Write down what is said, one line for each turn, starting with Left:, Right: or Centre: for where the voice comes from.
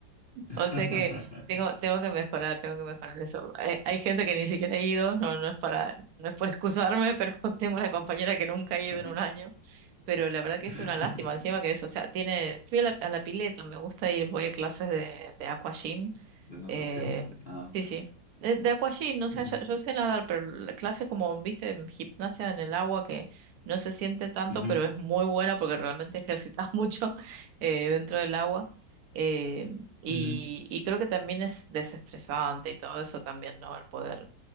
Left: <laughs>
Right: O sea que tengo, tengo que mejorar, tengo que mejorar eso. Hay, hay gente que ni siquiera ha ido, no, no es para, no es por excusarme, <laughs> pero tengo una compañera que nunca ha ido
Left: Ajá.
Right: en un año. Pero la verdad que
Left: <laughs>
Right: es una lástima, encima que es, o sea, tiene, fui a la, a la pileta, me gusta ir, voy a clases de, de aquagym
Left: ¿De natación?
Right: eh,
Left: Ah.
Right: sí, sí. De, de aqua gym, no sé,
Left: ujú,
Right: yo, yo sé nadar, pero la clase como, viste, en gimnasia en el agua que no se siente tanto,
Left: ujú,
Right: pero es muy buena porque realmente ejercitas <laughs> mucho eh, dentro del agua. Eh, y,
Left: ujú,
Right: y creo que también es desestresante y todo eso también, ¿no? El poder